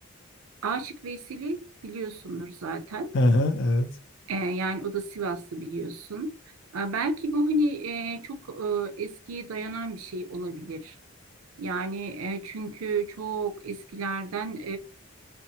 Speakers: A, on the right (about 75°); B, on the left (about 55°).
A: Aşık Veyseli biliyorsundur zaten.
B: Hı hı, evet.
A: E, yani o da Sivaslı biliyorsun. E, belki bu hani e, çok e, eskiye dayanan bir şey olabilir. Yani e, çünkü çok eskilerden